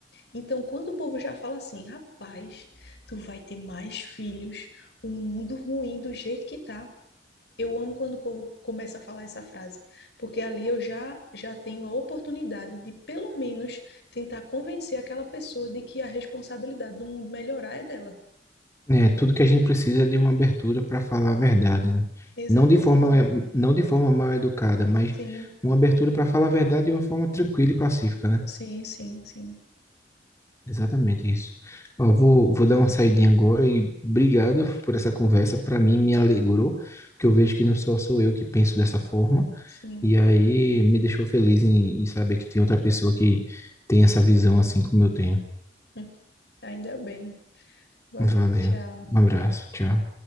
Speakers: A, on the left; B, on the left.
A: Então, quando o povo já fala assim, rapaz, tu vai ter mais filhos, o mundo ruim do jeito que tá. Eu amo quando o povo começa a falar essa frase, porque ali eu já já tenho a oportunidade de pelo menos tentar convencer aquela pessoa de que a responsabilidade do mundo melhorar é dela.
B: É, tudo que a gente precisa é de uma abertura para falar a verdade, né?
A: Exatamente.
B: Não de forma, é, não de forma mal educada, mas
A: Sim,
B: uma abertura para falar a verdade de uma forma tranquila e pacífica, né?
A: sim, sim, sim,
B: Exatamente isso. Ó, vou, vou dar uma saidinha agora e obrigado por essa conversa. Para mim, me alegrou, porque eu vejo que não só sou eu que penso dessa forma.
A: sim.
B: E aí me deixou feliz em, em saber que tem outra pessoa que tem essa visão assim como eu tenho.
A: <laughs> Ainda bem. Vai,
B: Valeu.
A: tchau.
B: Um abraço. Tchau.